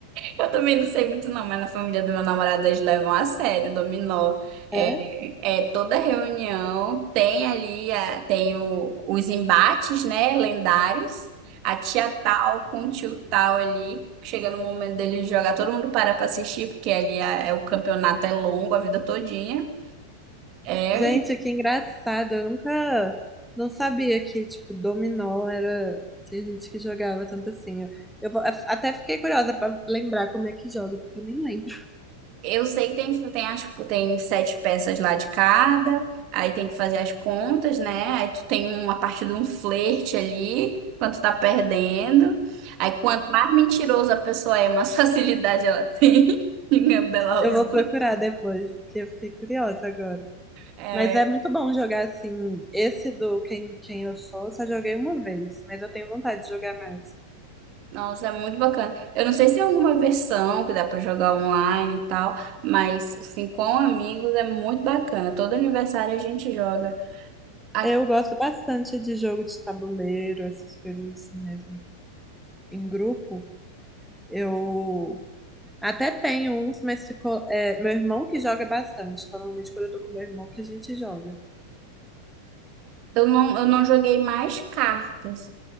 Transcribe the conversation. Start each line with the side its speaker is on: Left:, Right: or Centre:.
Right: Eu também não sei muito não, mas na família do meu namorado eles levam a sério o dominó. É,
Centre: É?
Right: é, toda reunião tem ali a- tem o- os embates, né, lendários. A tia tal com o tio tal ali, chega no momento dele jogar, todo mundo para para assistir, porque ali a- é, o campeonato é longo, a vida todinha. É,
Centre: Gente, que engraçado. Eu nunca... Não sabia que, tipo, dominó era... Tinha gente que jogava tanto assim. Eu, eu vou- até fiquei curiosa pra lembrar como é que joga, porque eu nem lembro. <laughs>
Right: Eu sei que tem, tem, as, tem sete peças lá de cada, aí tem que fazer as contas, né? Aí tu tem uma parte de um flerte ali, quanto tá perdendo. Aí quanto mais mentiroso a pessoa é, mais <laughs> facilidade ela tem em gambelar
Centre: Eu
Right: os
Centre: vou
Right: outros.
Centre: procurar depois, porque eu fiquei curiosa agora.
Right: É,
Centre: Mas é muito bom jogar assim. Esse do Quem, Quem Eu Sou, eu só joguei uma vez, mas eu tenho vontade de jogar mais.
Right: nossa, é muito bacana. Eu não sei se é alguma versão que dá pra jogar online e tal, mas assim, com amigos é muito bacana. Todo aniversário a gente joga. A-
Centre: Eu gosto bastante de jogo de tabuleiro, essas coisas assim mesmo. Em grupo, eu até tenho uns, mas ficou. é, meu irmão que joga bastante. Então, normalmente, quando eu tô com meu irmão, que a gente joga.
Right: Eu não, eu não joguei mais cartas.